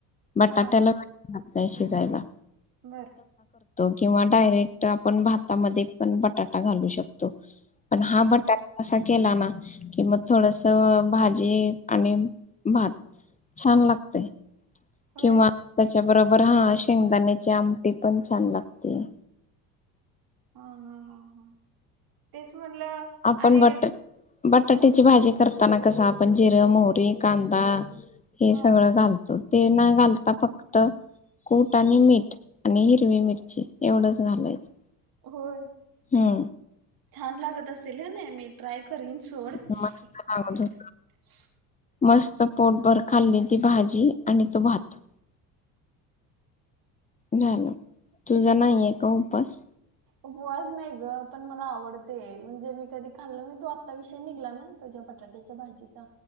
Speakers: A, on the left; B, on the right.
A: बटाट्याला
B: हा
A: नाही शिजयला.
B: बर.
A: किंवा डायरेक्ट आपण भातामध्ये पण बटाटा घालू शकतो. पण हा बटाटा असा केला ना की मग थोडस भाजी आणि भात छान लागतय.
B: होय.
A: किंवा त्याच्या बरोबर हा शेंगदाण्याची आमटी पण छान लागतेय.
B: हा हा हा हा तेच म्हटलं
A: आपण
B: आणि
A: बट बटाट्याची
B: हा
A: भाजी करत करताना आपण कस जिर, मोहरी, कांदा हे
B: हा.
A: सगळं घालतो ते न घालता फक्त कुट आणि मीठ आणि हिरवी मिरची एवढंच घालायचं.
B: होय
A: हम्म.
B: छान लागत अस ल नेनी ट्राय करीन सोड ये
A: मस्त लागत
B: बंद कर
A: होत. मस्त पोटभर खाल्ली ती भाजी आणि तो भात झालं तुझा नाहीय का उपास
B: उपवास नाही ग पण मला आवडते म्हणजे मी कधी खाल्ल नाय तो आत्ता विषय निघला ना तुझ्या बटाट्याच्या भाजीचा